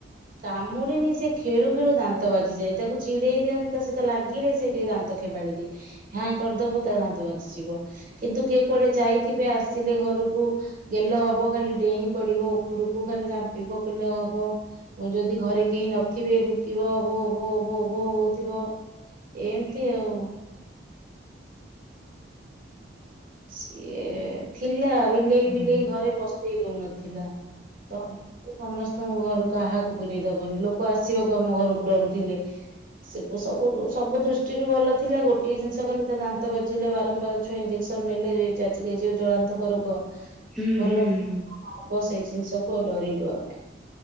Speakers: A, on the right; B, in the centre.
A: କାମୁଡେନି ସେ ଖେଳୁ ଖେଳୁ ଦାନ୍ତ ବାଜିଯାଏ। ତାକୁ ଚିଡେଇ ଦିଅନ୍ତି ତା ସହିତ ଲାଗିଲେ ସେ ଟିକେ ଦାନ୍ତ ଖେବାଳି ଦିଏ ହାଁ କରିଦବ ତା ଦାନ୍ତ ବାଜିଯିବ। କିନ୍ତୁ କିଏ କୁଆଡେ ଯାଇଥିବେ ଆସିଲେ ଘରକୁ ଗେଲ ହବ ଖାଲି ଡେଇଁ ପଡିବ ଉପରକୁ ଖାଲି ରାମ୍ପି ପକଲ ହବ। ମୁଁ ଯଦି ଘରେ କେହି ନଥିବେ ଭୁକିବ ଭୋ ଭୋ ଭୋ ଭୋ ହୋଉଥିବ ଏମିତି ଆଉ। ସିଏ ଥିଲା ବିଲେଇ
B: ହୁଁ।
A: ଫିଲେଇ ଘରେ ପସ୍ ଇ ଦୋଉନ ଥିଲା <inaudible> ତ ସମସ୍ତଙ୍କ ଘରୁ କାହାକୁ ପୁରେଇ ଦବନି ଲୋକ ଆସିବାକୁ ଆମ ଘରକୁ ଡରୁଥିଲେ। ସେ ସବୁ ସବୁ ଦୃଷ୍ଟିରୁ ଭଲ ଥିଲା ଗୋଟିଏ ଜିନିଷ ଖାଲି ତା ଦାନ୍ତ ବାଜିଲେ ବାରମ୍ବାର ଛୁଆ ଇଁଜେ ସନ୍ ନେଲେ <unintelligible> ଯୋଉ ଜଳାନ୍ତକ ରୋଗ। <inaudible>
B: ହୁଁ
A: ଭଲ
B: ହୁଁ
A: ହବ ସେଇ ଜିନିଷ ପ ଡରିିଲୁ ଆମେ। <inaudible>